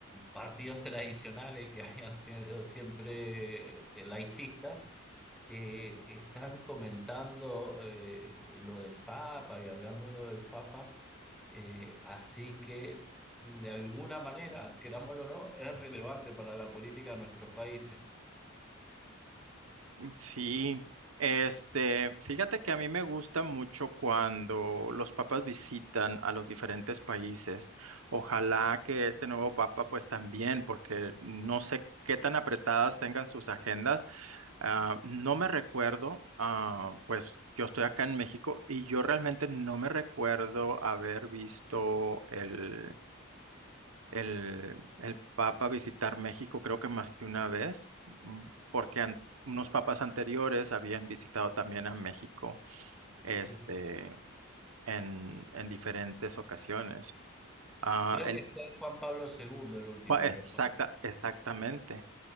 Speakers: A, in the centre; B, on the right.
A: partidos tradicionales que <laughs> habían sido siempre eh, laicistas eh, están comentando eh, lo del Papa y hablando de lo del Papa, eh, así que mm, de alguna manera, querámoslo o no, es relevante para la política de nuestros países.
B: Sí, este, fíjate que a mí me gusta mucho cuando los papas visitan a los diferentes países. Ojalá que este nuevo papa, pues también, porque no sé qué tan apretadas tengan sus agendas Ah, no me recuerdo, ah, pues yo estoy acá en México y yo realmente no me recuerdo haber visto el, el, el Papa visitar México, creo que más que una vez, mm, porque an- unos papas anteriores habían visitado también a México, este,
A: Sí.
B: en, en diferentes ocasiones. Ah,
A: Creo
B: el,
A: que fue Juan Pablo segundo el último
B: pa- exacta,
A: que fue.
B: exactamente.